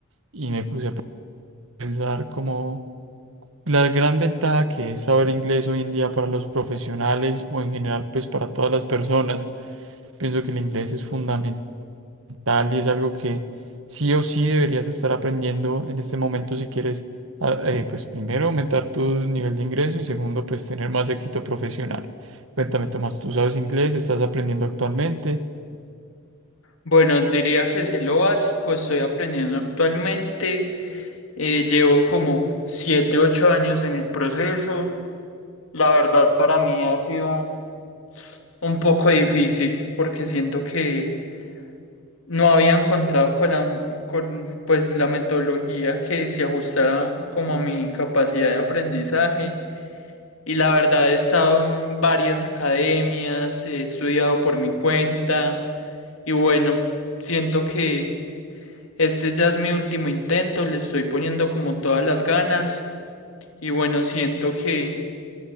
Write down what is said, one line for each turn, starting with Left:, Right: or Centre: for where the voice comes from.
Right: y me puse a pensar como la gran ventaja que es saber inglés hoy en día para los profesionales o en general pues para todas las personas. Pienso que el inglés es fundamental tal y es algo que sí o sí deberías estar aprendiendo en este momento si quieres, a- eh, pues primero aumentar tu nivel de ingreso y segundo, pues tener más éxito profesional. Cuéntame, Tomás, ¿tú sabes inglés? ¿Estás aprendiendo actualmente?
Left: Bueno, diría que sé lo básico, estoy aprendiendo actualmente. eh, llevo como 7, 8 años en el proceso. La verdad, para mí ha sido un poco difícil porque siento que no había encontrado con la, con, pues, la metodología que se ajustara como a mi capacidad de aprendizaje. Y la verdad he estado en varias academias, he estudiado por mi cuenta y bueno, siento que este ya es mi último intento, le estoy poniendo como todas las ganas y bueno, siento que